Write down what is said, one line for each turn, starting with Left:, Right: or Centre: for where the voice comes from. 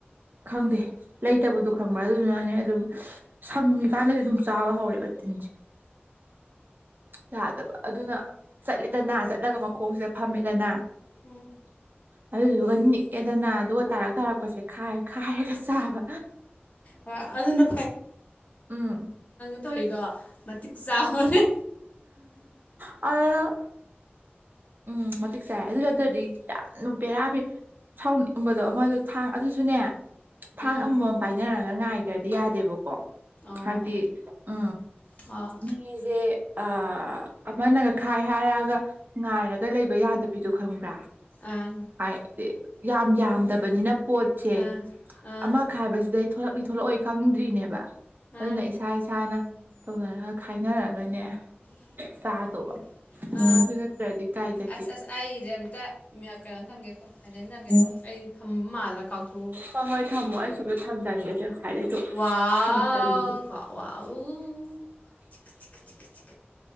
Right: ꯈꯪꯗꯦ ꯂꯩꯇꯕꯗꯣ ꯈꯪꯕ꯭ꯔꯥ ꯑꯗꯨꯗꯨꯅꯅꯦ ꯑꯗꯨꯝ ꯁꯪꯉꯤꯀꯥꯟꯗꯗꯤ ꯑꯗꯨꯝ ꯆꯥꯕ ꯍꯧꯔꯦꯕ ꯊꯤꯟꯖ ꯌꯥꯥꯗꯕ ꯑꯗꯨꯅ ꯆꯠꯂꯤꯗꯅ ꯆꯠꯂꯒ ꯃꯈꯣꯡꯁꯦ ꯐꯝꯃꯤꯗꯅ
Left: ꯎꯝ
Right: ꯑꯗꯨꯗꯨꯒ ꯑꯦꯗꯅ ꯑꯗꯨꯒ ꯇꯥꯔꯛꯥꯔꯛꯄꯁꯦ ꯈꯥꯏ ꯈꯥꯏꯔꯒ ꯆꯥꯕ
Left: ꯍꯣꯏ ꯑꯗꯨꯅ
Right: ꯎꯝ
Left: ꯇꯧꯏꯗꯣ ꯃꯇꯤꯛ ꯆꯥꯍꯔꯦ
Right: ꯑ ꯎꯝ ꯃꯇꯤꯛ ꯆꯥꯏ ꯑꯗꯨ ꯈꯗꯗꯤ ꯌꯥꯝꯅ ꯄꯦꯔꯥꯕꯤ ꯁꯥꯎꯅꯤꯡ ꯏꯕꯗꯣ ꯃꯗ ꯊꯥꯡ ꯑꯗꯨꯁꯨꯅꯦ ꯊꯥꯡ
Left: ꯎꯝ
Right: ꯑꯃꯃꯝ ꯄꯥꯏꯅꯔꯒ ꯉꯥꯏꯗ꯭ꯔꯗꯤ ꯌꯥꯗꯦꯕꯀꯣ
Left: ꯑꯣ
Right: ꯍꯥꯏꯗꯤ ꯑ
Left: ꯍꯣ ꯑꯥ
Right: ꯃꯤꯖꯦ ꯑꯥ ꯑꯃꯅꯒ ꯈꯥꯏ ꯍꯥꯏꯔꯒ ꯉꯥꯏꯔꯒ ꯂꯩꯕ ꯌꯥꯗꯕ ꯕꯤꯗꯨ ꯈꯪꯕ꯭ꯔꯥ
Left: ꯑꯥ
Right: ꯍꯥꯏ ꯌꯥꯝ ꯌꯥꯝꯗꯕꯅꯤꯅ ꯄꯣꯠꯁꯦ
Left: ꯑꯥ ꯑꯥ
Right: ꯑꯃ ꯈꯥꯏꯕꯁꯤꯗꯩ ꯊꯣꯛꯂꯛꯂꯤ ꯊꯣꯛꯂꯛꯑꯣꯏ ꯈꯪꯗ꯭ꯔꯤꯅꯦꯕ
Left: ꯑꯥ
Right: ꯑꯗꯨꯅ ꯏꯁꯥ ꯏꯁꯥꯅ ꯇꯧꯅꯔꯒ ꯈꯥꯏꯅꯔꯒꯅꯦ
Left: <unintelligible>
Right: ꯆꯥꯗꯧꯕ
Left: ꯑ
Right: ꯑꯗꯨ ꯅꯠꯇ꯭ꯔꯗꯤ ꯀꯥꯏꯗꯒꯤ
Left: ꯑꯁ ꯑꯁ ꯑꯩꯒꯤꯁꯦ ꯑꯝꯇ ꯀꯩꯅꯣ ꯊꯝꯒꯦꯀꯣ ꯁꯥꯏꯂꯦꯟ ꯊꯝꯒꯦꯀꯣ ꯑꯩ ꯊꯝ ꯃꯥꯜꯂ ꯀꯥꯎꯊꯣꯛꯎꯕ
Right: ꯍꯣꯏ ꯍꯣꯏ ꯊꯝꯃꯣ ꯑꯩꯁꯨꯗ ꯊꯝꯖꯟꯒꯦꯁꯦ ꯉꯁꯥꯏꯗꯩꯁꯨ
Left: ꯋꯥꯎ
Right: ꯊꯝꯖꯟꯒꯦ
Left: ꯀ‌ꯣ ꯋꯥꯎ ꯆꯤꯀ ꯆꯤꯀ ꯆꯤ